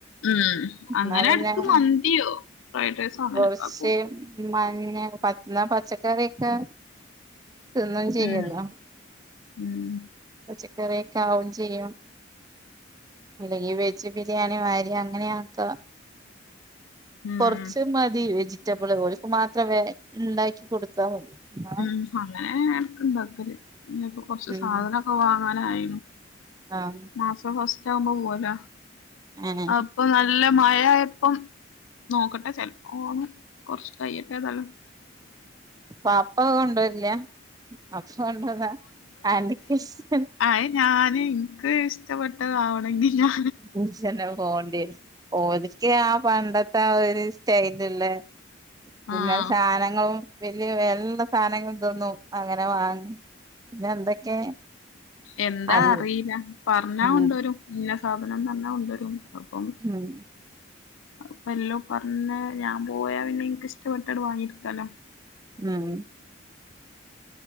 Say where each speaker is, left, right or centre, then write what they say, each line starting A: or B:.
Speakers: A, on the left; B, on the right.
A: ഉം.
B: എന്നാ
A: അങ്ങനെ
B: പിന്നെ
A: എടക്ക് മന്തിയോ ഫ്രൈഡ് റൈസോ അങ്ങനൊക്കെ
B: കുറച്ച്
A: ആക്കും.
B: മഞ്ഞ <unintelligible> ന്നാ പച്ചക്കറി ഒക്കെ തിന്നും ചെയ്യല്ലോ.
A: ഉം ഉം.
B: പച്ചക്കറിയൊക്കെ ആവും ചെയ്യും. അല്ലെങ്കി വെജ് ബിരിയാണി മാരി അങ്ങനെയാക്ക.
A: ഉം
B: കൊറ ച്ച് മതി. വെജിറ്റബിള് ഓൽക്ക് മാത്രം വേ ണ്ടാക്കി കൊടുത്താ മതി. ന്നാ
A: ഉം. അങ്ങനേ.. എടക്ക്ണ്ടാക്കല്. ഇഞ്ഞിപ്പം കൊറച്ച്
B: ഉം
A: സാധനൊക്കെ വാങ്ങാനായിനു.
B: ആഹ്.
A: മാസം ഫസ്റ്റ് ആകുമ്പോ പോവല?
B: ഏഹ്
A: ആഹ്. പ്പൊ നല്ല മഴായപ്പം നോക്കട്ടെ ചെലപ്പോ പോവും. കൊറച്ച് കയിയട്ടെതാലും.
B: പാപ്പ കൊണ്ടരില്ല? അപ്പൊ കൊണ്ടര്ണാ അനകിഷ്ടം.
A: അഹ് ഞാന് ഇൻക്ക് ഇഷ്ടപ്പെട്ടതാവണെങ്കി ഞാ
B: ഉച്ചെന്നെ പോകണ്ടിയരും. ഒൽക്ക് ആ പണ്ടത്തെ ആ ഒരു സ്റ്റൈലുള്ള പിന്നെ
A: ആഹ്
B: സാന ങ്ങളും വലിയ <unintelligible> സാധനങ്ങളും തോന്നും അങ്ങനെ വാങ്ങ പിന്നെ എന്തൊക്കെ
A: എന്താ
B: അൽ
A: അറിയില്ല പറഞ്ഞാ
B: ഉം
A: കൊണ്ടോരും ഇന്ന സാധനംന്ന് പറഞ്ഞ കൊണ്ടരും അപ്പം
B: ഉം
A: അപ്പ എല്ലോ പറഞ്ഞ ഞാൻ പോയാ പിന്നെ എനിക്ക് ഇഷ്ടപ്പെട്ടത് വാങ്ങിയിട്ക്കാല്ല
B: ഉം